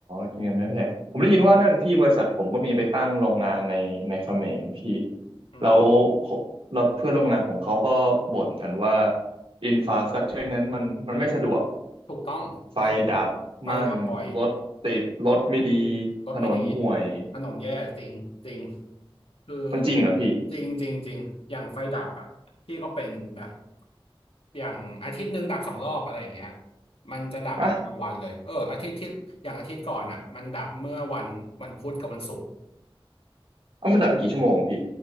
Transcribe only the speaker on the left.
อืม
ถูกต้องไม่ดี
ไฟดับบ่อยรถไม่ดี
ถนนแย่จริงจริงคือ
จริงจริงจริงอย่างไฟดับอ่ะพี่ก็เป็นแบบอย่างอาทิตย์หนึ่งดับสองรอบอะไรอย่างเงี้ยมันจะดับแบบกลางวันเลยเอออาทิตย์ที่อย่างอาทิตย์ก่อนอ่ะมันดับเมื่อวันวันพุธกับวันศุกร์